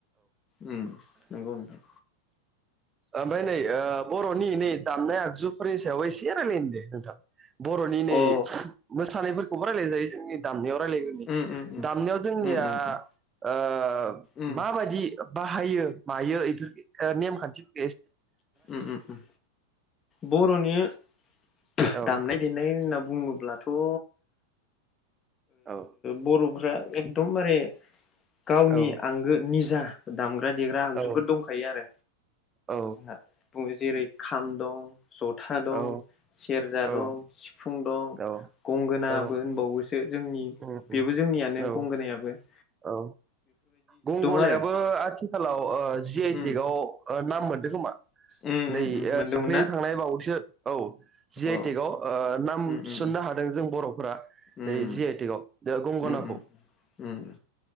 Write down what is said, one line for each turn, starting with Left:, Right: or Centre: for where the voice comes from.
Left: ओम, नोंगौ नोंथां।
Right: ओमफाय नै ओ बर'नि नै दामनाय आगजुफोरनि सायाव एसे रायलानि दे नोंथां। बर'नि नै
Left: अ
Right: मोसानायफोरखौबो रायलाय जायो जोंनि दामनायाव रायलायग्रोनि
Left: उम उम उम
Right: दामनायाव जोंनिया
Left: उम उम
Right: ओ
Left: उम
Right: माबायदि बाहायो मायो <unintelligible> नेमखान्थि
Left: ओम ओम ओम बर'नि <unintelligible>
Right: औ
Left: दामनाय देनाय होनना बुङोब्लाथ' ओ
Right: औ
Left: बर'फ्रा एकदमबारे गावनि
Right: औ
Left: आंगो निजा दामग देग्रा देग्रा आगजुफोर
Right: औ
Left: दंखायो आरो
Right: औ
Left: जोंहा जेरै खाम दं जथ था दं
Right: औ
Left: सेरजा
Right: औ
Left: दं सिफुं दं
Right: औ
Left: गंगोनाबो
Right: औ
Left: होनबावोसो। जोंनि
Right: उम
Left: बेबो
Right: उम
Left: जोंनियानो
Right: औ
Left: गंगोनायाबो ।
Right: औ गंगनायाबो
Left: आरो
Right: आथि आखालाव ओ जि आइटिकव
Left: उम
Right: नाम मोनदों खोमा?
Left: उम
Right: नै
Left: उम उम
Right: ओ
Left: मोनदोंमोन
Right: दाख्लै
Left: ना
Right: थांनाय बावैसो औ जि आइटेकव
Left: अ
Right: ओ नाम
Left: उम
Right: थिसननो
Left: उम
Right: हादों जों बर'फोरा।
Left: उम
Right: दै जि आइ टेक आव जाहा गंगनाखौ
Left: उम उम उम